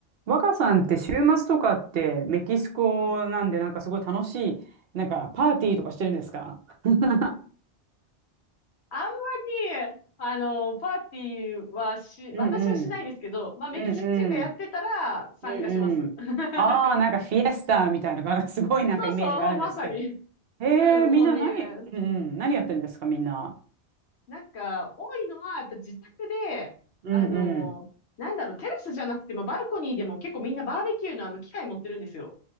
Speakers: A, on the right; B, on the left.
A: 若さんって週末とかってメキシコなんでなんかすごい楽しい、
B: うん。
A: なんかパーティーとかしてるんですか <laughs>
B: あんまり、あの、パーティーはし、
A: うんうん。
B: 私はしないですけど、まあ、メキシコ人がやってたら参加します。
A: うんうん。うんうん。
B: <laughs>
A: ああ、なんかフィエスタみたいなのが <laughs> すごいなんかイメージがあるんですけど。
B: そうそう、まさに。
A: へえ、
B: うん、
A: みんな何、
B: もうね、
A: うんうん、何やってるんですか、みんな。
B: なんか、多いのは、やっぱ自宅で、
A: うんうん。
B: あの、なんだろう、テラスじゃなくても、バルコニーでも結構みんなバーベキューのあの機械持ってるんですよ。